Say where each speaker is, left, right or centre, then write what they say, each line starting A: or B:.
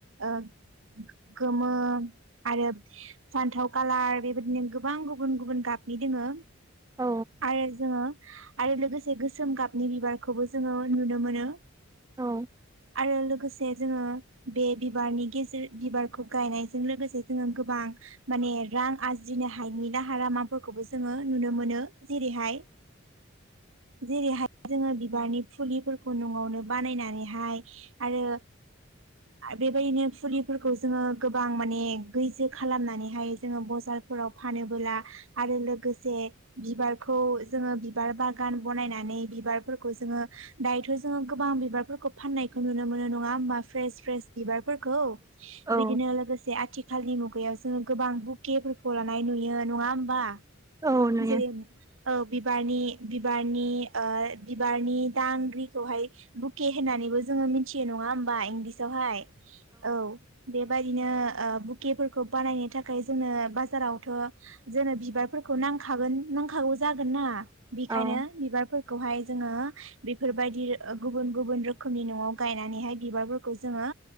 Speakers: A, on the right; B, on the right.
A: ओ गोमो आरो सान्थाव कालार बेबायदिनो गोबां गुबुन गुबुन गाब नि दोङो
B: औ
A: आरो जोङो आरो लोगोसे से गोसोम गाबनि बिबारखौबो जोङो नुनो मोनो
B: औ
A: आरो लोगोसे से जोङो बे बिबारनि गेजेर बिबारखौ गायनायजों लोगोसे जों गोबां माने रां आरजिनो हायनि राहारालामाफोरखौबो जोङो नुनो मोनो जेरैहाय जेरैहाय जोङो बिबारनि फुलिफोरखौ न'आवनो बानायनानैहाय आरो बेबायदिनो फुलिफोरखौ जोङो गोबां माने गैजो खालामनानैहाय जोङो बजारफोराव फानोबोला आरो लोगोसे बिबारखौ जोङो बिबार बा गान बनायनानै बिबारफोरखौ जोङो दायोथ' जोङो गोबां बिबारफोरखौ फाननायखौ नुनो मोनो नङा होमबा फ्रेस फ्रेस बिबार फोरखौ
B: औ
A: बिदिनो लोगोसे आथिखालनि मुगायाव जोङो गोबां बुेखेफोरखौ ला नाय नुयो नङा होमबा
B: औ नुयो
A: जेरै औ बिबारनि बिबारनि ओ बिबारनि दांग्रिखौहाय बुके होनानै बो जोङो मिथियो नङा होमबा इंलिसआवहाय औ बेबाय बिदिनो बुकेफोरखौ बानायनो थाखाय जोंनो बाजारावथ' जोनो बिबारफोरखौ खौ नांखागोन नांखागौ जागोन ना बिखायनो
B: औ
A: बिबारफोर खौहाय जोङो बेफोरबायदि गुबुन गुबुन रोखोमनि न'आव गायनानैहाय बिबारफोरखौ जोङो